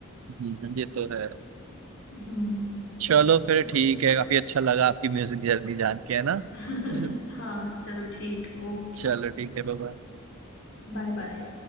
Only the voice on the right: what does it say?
हम्म, ये तो है
चलो फिर
ठीक है काफी अच्छा लगा आपकी म्यूजिक जर्नी जान के है ना
हम्म।
चलो ठीक है बाबा